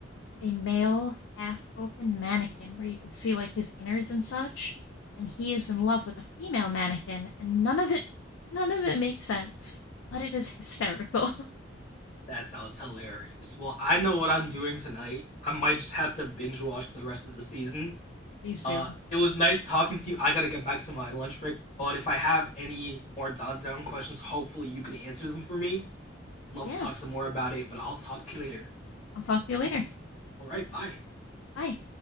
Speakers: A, on the left; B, on the left.
A: a male half open mannequin where you can see like his innards and such, and he is in love with a female mannequin, and none of it none of it makes sense, but it is hysterical.
B: That sounds hilarious. Well, I know what I'm doing tonight. I might just have to binge watch the rest of the season.
A: Please do.
B: Uh, it was nice talking to you. I gotta get back to my lunch break, but if I have any more Don Don questions, hopefully you can answer them for me. love
A: Yeah.
B: to talk some more about it, but I'll talk to you later.
A: I'll talk to you later.
B: All right, bye.
A: Bye.